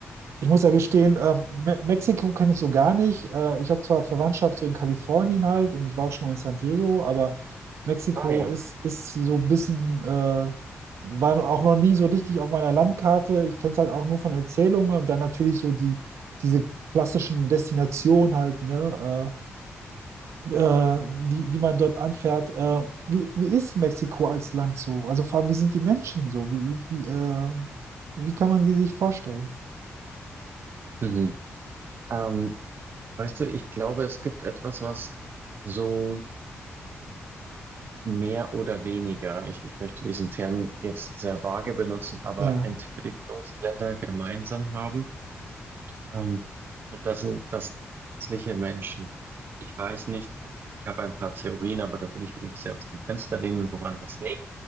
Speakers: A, on the right; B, on the right.
A: ich muss ja gestehen, äh, Me Mexiko kenne ich so gar nicht. Äh, ich habe zwar Verwandtschaft so in Kalifornien halt und ich war auch schon mal in San Diego, aber Mexiko
B: Ah ja.
A: ist, ist so ein bisschen, äh, war auch noch nie so richtig auf meiner Landkarte. Ich kenne es halt auch nur von Erzählungen und dann natürlich so die, diese klassischen Destinationen halt, ne? äh, äh, die, die man dort anfährt. Äh, wie, wie ist Mexiko als Land so? Also vor allem, wie sind die Menschen so? Wie, wie, äh, wie kann man sie sich vorstellen?
B: Mhm. Ähm, weißt du, ich glaube, es gibt etwas, was so mehr oder weniger, ich, ich möchte diesen Term jetzt sehr vage benutzen, aber
A: Ja,
B: Entwicklungsländer gemeinsam haben. Ähm, und das sind das nützliche Menschen. Ich weiß nicht, ich habe ein paar Theorien, aber da würde ich mich sehr aus dem Fenster lehnen, woran das liegt.